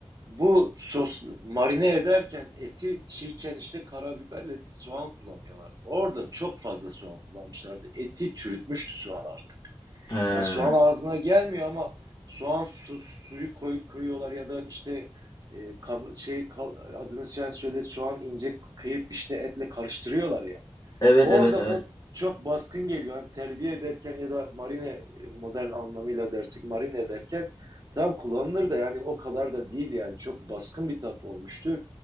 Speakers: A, on the right; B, on the left.
A: Bu sos marine ederken eti çiğken işte karabiberle soğan kullanıyorlar. Orada çok fazla soğan kullanmışlardı. Eti çürütmüştü soğan artık.
B: He,
A: Yani soğan ağzına gelmiyor ama soğan su, suyu koy, koyuyorlar ya da işte e, kab- şey kal- adını sen söyle soğan ince kıyıp işte etle karıştırıyorlar ya.
B: evet
A: Orada
B: evet evet.
A: o çok baskın geliyor. yani terbiye ederken ya da marine e, modern anlamıyla dersek marine ederken tam kullanılır da yani o kadar da değil yani çok baskın bir tat olmuştu.